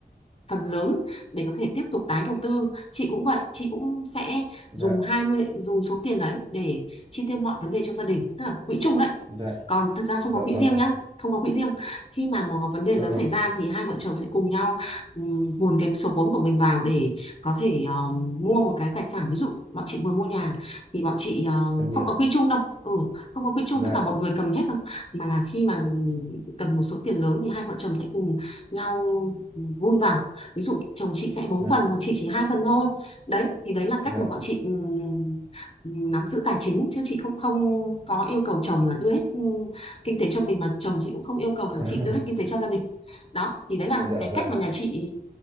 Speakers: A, on the left; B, on the right.
A: phần lớn để có thể tiếp tục tái đầu tư chị cũng vậy chị cũng sẽ
B: dạ
A: dùng 20 dùng số tiền đấy để chi tiêu mọi vấn đề trong gia đình tức là quỹ chung đấy
B: dạ
A: còn thật ra không
B: dạ
A: có quỹ
B: vâng
A: riêng nhá không có quỹ riêng khi mà một có vấn đề
B: Ờ,
A: lớn xảy ra thì hai vợ chồng sẽ cùng nhau ừm, hùn cái số vốn của mình vào để có thể ờ, mua một cái tài sản ví dụ bọn chị vừa mua nhà thì bọn chị ờ,
B: em hiểu
A: không có quỹ chung đâu ừ, không có quỹ chung
B: dạ
A: tức là một người cầm hết đâu mà là khi mà ừm, cần một số tiền lớn thì hai vợ chồng sẽ cùng nhau vun vào ví dụ chồng chị sẽ bốn
B: dạ
A: phần còn chị chỉ hai phần thôi đấy thì đấy là cách
B: dạ
A: mà bọn chị ừm, nắm giữ tài chính chứ chị không không có yêu cầu chồng là đưa hết ừm, kinh tế cho mình mà chồng chị cũng không yêu cầu là
B: <laughs>
A: chị đưa hết kinh tế cho gia đình đó thì đấy là
B: dạ
A: cái
B: vâng
A: cách mà nhà chị